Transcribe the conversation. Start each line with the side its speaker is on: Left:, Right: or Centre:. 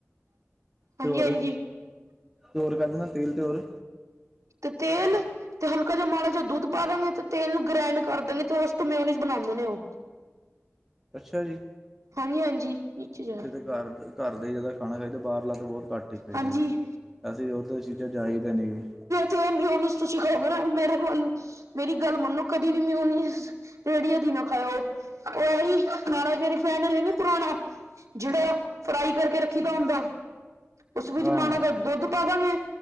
Right: ਹਾਂਜੀ
Centre: ਤੇ ਹੋਰ
Right: ਹਾਂਜੀ
Centre: ਹੋਰ ਕੱਢ ਲਾ ਤੇਲ ਤੇ ਹੋਰ
Right: ਤੇ ਤੇਲ ਤੇ ਹਲਕਾ ਜਿ ਮਾੜਾ ਜਿਹਾ ਦੁੱਧ ਪਾ ਦਾਂਗੇ ਤੇਲ ਨੂੰ ਗ੍ਰੈਂਡ ਕਰ ਦਗੇ ਤੇ ਉਸ ਮਿਓਨੀਸ ਬਣਾਉਂਦੇ ਨੇ ਉਹ
Centre: ਅੱਛਾ ਜੀ।
Right: ਹਾਂਜੀ-ਹਾਂਜੀ ਨੀਚੇ ਜਾ
Centre: ਕਾਰ-ਕਾਰ ਦਾ ਜਿਆਦਾ ਖਾਣਾ ਖਾਦਾ ਬਾਹਰ ਲੱ ਬਹੁਤ ਘੱਟ ਹੀ ਖਾਦਾ
Right: ਹਾਂਜੀ
Centre: ਜੀ, ਅਸੀਂ ਉਰ ਚੀਜ਼ਾਂ ਜਾਇਦਾ ਨਹੀਂ
Right: ਕੀ ਐ ਮਿਓਨੀਜ਼ ਤੁਸੀਂ ਖਾਓਗੇ ਨਾ ਮੇਰੇ ਕੋਲ, ਮੇਰੀ ਗੱਲ ਮੰਨੋ ਕਦੀ ਵੀ ਮਿਓਨੀਜ਼ ਤੇ ਰੇੜੀਆਂ ਦਾ ਨਾ ਖਾਓ, <unintelligible> ਜਿਹੜਾ ਆ ਫਰਾਈ ਕਰਕੇ ਰੱਖੀ ਦਾ ਹੁੰਦਾ ਉਸ ਵਿੱਚ
Centre: ਹਾਂ
Right: ਜੀ ਮਾੜਾ
Centre: ਹਾਂ
Right: ਜਾ ਦੁੱਧ ਪਾ ਦਾਂਗੇ